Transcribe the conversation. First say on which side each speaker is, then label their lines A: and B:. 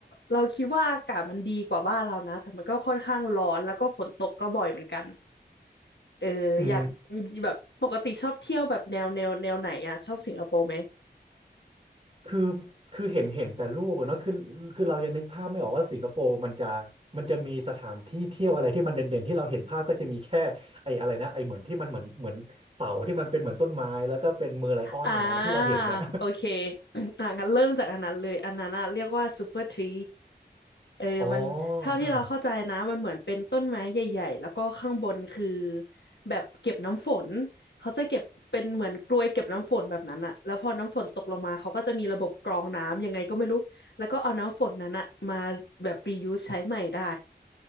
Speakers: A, on the left (about 85°); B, on the right (about 35°).
A: เราคิดว่าอากาศมันดีกว่าบ้านเรานะแต่มันก็ค่อนข้างร้อนแล้วก็ฝนตกก็บ่อยเหมือนกันเอออยาก
B: อืม
A: แบบปกติชอบเที่ยวแบบแนวแนวแนวไหนอะชอบสิงคโปร์ไหม
B: คือคือเห็นเห็นแต่รูปอะเนาะคือคือเรายังนึกภาพไม่ออกว่าสิงคโปร์มันจะมันจะมีสถานที่เที่ยวอะไรที่มันเด่นๆที่เราเห็นภาพก็จะมีแค่ไอ้อะไรนะไอ้เหมือนที่มันเหมือนเหมือนเสาที่มันเป็นเหมือนต้นไม้แล้วก็เป็นเมอร์ไลออนนะนะที่เราเห็นน่ะ
A: อ่าโอเค <clears throat> อ่างั้นเริ่มจากอันนั้นเลยอันนั้นอะเรียกว่าซูเปอร์ทรีเออมันเท่าที่เราเข้าใจนะมันเหมือนเป็นต้นไม้ใหญ่ๆแล้วก็ข้างบนคือ
B: <laughs> อ๋อเออ
A: แบบเก็บน้ำฝนเขาจะเก็บเป็นเหมือนกรวยเก็บน้ำฝนแบบนั้นอะแล้วพอน้ำฝนตกลงมาเขาก็จะมีระบบกรองน้ำยังไงก็ไม่รู้แล้วก็เอาน้ำฝนนั้นอะมาแบบ reuse ใช้ใหม่ได้